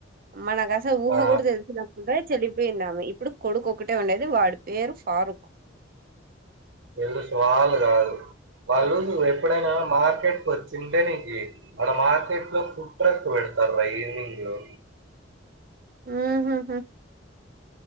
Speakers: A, on the right (about 50°); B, on the right (about 80°).
A: మనకసలు ఊహ
B: ఆ!
A: కూడా తెలిసినప్పుడే చనిపోయింది ఆమె ఎపు ఇప్పుడు కొడుకు ఒక్కటే ఉండేది వాడి పేరు ఫారూక్
B: తెలుసు వాళ్లు కాదు, వాళ్ళు ఎప్పుడైనా మార్కెట్కి వచ్చింటే నీక్ ఆడ మార్కెట్లో ఫుడ్ ట్రాక్ పెడతార్ర ఈవనింగ్లొ
A: ఊహుహు